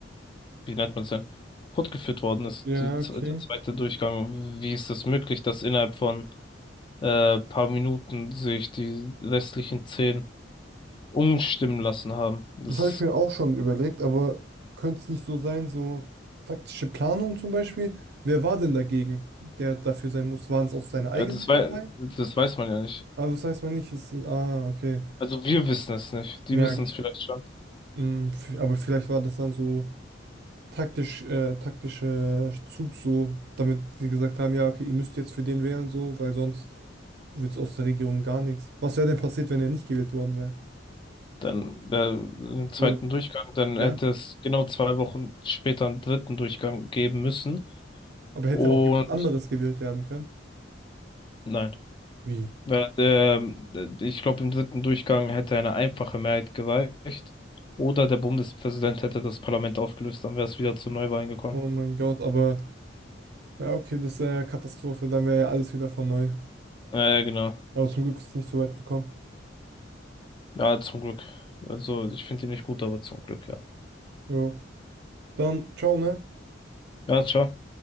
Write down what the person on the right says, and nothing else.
Ja,
okay.
Das habe ich mir auch schon überlegt, aber könnte es nicht so sein, so taktische Planung zum Beispiel? Wer war denn dagegen, der dafür sein muss? Waren es aus seiner eigenen
Partei?
Aber das weiß man nicht. Es, ah, okay.
Ja,
Mm, f- Aber vielleicht war das dann so taktisch, äh, taktischer Zug so, damit sie gesagt haben, ja, okay, ihr müsst jetzt für den wählen so, weil sonst wird es aus der Regierung gar nichts. Was wäre denn passiert, wenn er nicht gewählt worden wäre?
Oder,
ja,
aber hätte
auch jemand anderes gewählt werden können?
Wie?
Oh mein Gott, aber ja, okay, das wäre ja Katastrophe, dann wäre ja alles wieder von neu.
Aber zum Glück ist es nicht so weit gekommen.
Jo. Dann, ciao, ne?